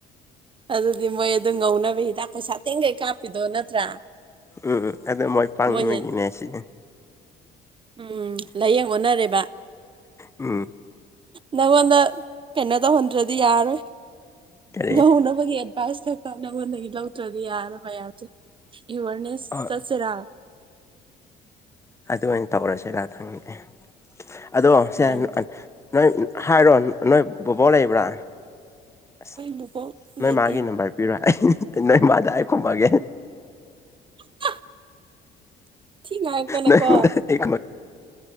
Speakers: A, on the right (about 30°); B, on the left (about 15°).
A: ꯑꯗꯨꯗꯤ ꯃꯣꯏ ꯑꯗꯨꯝ ꯉꯧꯅꯕ ꯍꯤꯗꯥꯛ ꯄꯩꯁꯥ ꯇꯦꯡꯒꯩ ꯀꯥꯞꯄꯤꯗꯣ ꯅꯠꯇ꯭ꯔꯥ
B: ꯎꯝ ꯑꯗꯨ ꯃꯣꯏ ꯄꯪꯕꯒꯤꯅꯦ
A: ꯃꯣꯏꯍꯦꯟ
B: ꯁꯤ
A: ꯎꯝ ꯂꯥꯏꯌꯦꯡ ꯑꯣꯟꯅꯔꯦꯕ
B: ꯎꯝ
A: ꯅꯪꯉꯣꯟꯗ ꯀꯩꯅꯣ ꯇꯧꯍꯟꯗ꯭ꯔꯗꯤ ꯌꯥꯔꯣꯏ
B: ꯀꯔꯤ
A: ꯉꯧꯍꯧꯅꯕꯒꯤ ꯄꯥꯏꯁ ꯊꯛꯄ ꯅꯪꯉꯣꯟꯗꯒꯤ ꯂꯧꯗ꯭ꯔꯗꯤ ꯌꯥꯔ ꯃꯌꯥꯝꯁꯦ ꯑꯦꯋꯥꯔꯅꯦꯁ
B: ꯑꯣ
A: ꯆꯠꯁꯤꯔꯥ
B: ꯑꯗꯨꯃꯅ ꯇꯧꯔꯁꯤꯔ ꯈꯪꯉꯦ ꯑꯗꯣ ꯁꯦ
A: ꯑꯩꯈꯣꯏ
B: ꯅꯣꯏ ꯍꯥꯏꯔꯣ ꯅꯣꯏ ꯕꯣꯕꯣꯔ ꯂꯩꯕ꯭ꯔꯥ ꯑꯁ
A: ꯕꯨꯕꯣꯛ
B: ꯅꯣꯏ
A: ꯂꯩꯇꯦ
B: ꯃꯥꯒꯤ ꯅꯝꯕꯔ ꯄꯤꯔꯣ ꯑꯩ ꯅꯣꯏ ꯃꯥꯗ ꯈꯨꯝꯃꯒꯦ
A: ꯍ ꯊ ꯉꯉꯛꯇꯅꯦꯀꯣ
B: ꯅꯣꯏ ꯃꯥꯗ ꯑꯩ